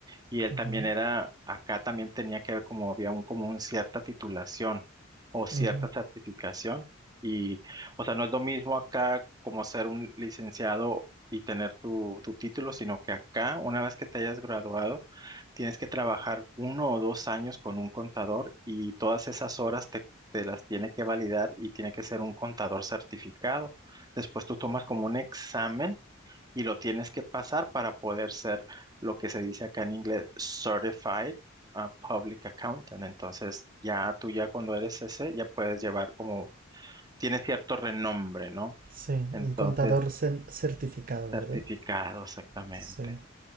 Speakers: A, on the right; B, on the right.
A: Y él
B: Ujú,
A: también era, acá también tenía que ver como había un, como un cierta titulación o cierta
B: ujú.
A: certificación. Y, o sea, no es lo mismo acá como ser un licenciado y tener tu, tu título, sino que acá, una vez que te hayas graduado, tienes que trabajar uno o dos años con un contador y todas esas horas te, te las tiene que validar y tiene que ser un contador certificado. Después tú tomas como un examen y lo tienes que pasar para poder ser lo que se dice acá en inglés Certified uh, Public Accountant. Entonces, ya tú ya cuando eres ese, ya puedes llevar como, tiene cierto renombre, ¿no?
B: Sí,
A: Entonces,
B: un contador cen- certificado, ¿verdad?
A: certificado exactamente.
B: Sí.